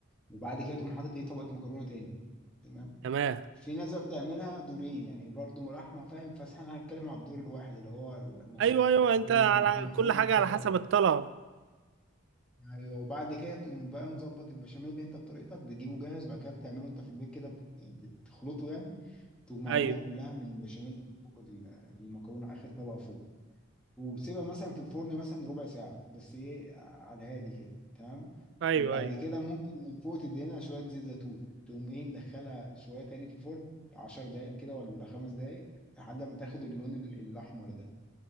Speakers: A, in the centre; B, on the right (about 60°).
A: وبعد كده تقوم حاطط ايه طبقه مكرونه تاني تمام
B: تمام
A: في ناس بقى بتعملها دورين يعني برضو لحمه فاهم بس احنا هنتكلم على الدور الواحد اللي هو المكرونه
B: أيوه أيوه أنت على
A: لحمه
B: كل
A: مفرومه
B: حاجة
A: مكرونه
B: على حسب الطلب
A: ايوه وبعد كده تقوم بقى مظبط البشاميل اللي انت بطريقتك بتجيبه جاهز بعد كده بتعمله انت في البيت كده بت- بتخلطه يعني تقوم
B: أيوه
A: عاملها كلها من بشاميل فوق ال- المكرونه اخر طبقه فوق وبسيبها مثلا في الفرن مثلا ربع ساعة بس ايه على الهادي كده تمام
B: أيوه
A: وبعد
B: أيوه
A: كده ممكن من فوق تدهنها شوية زيت زيتون تقوم ايه مدخلها شوية تاني في الفرن عشر دقايق كده ولا خمس دقايق لحد ما تاخد اللون ال- الأحمر ده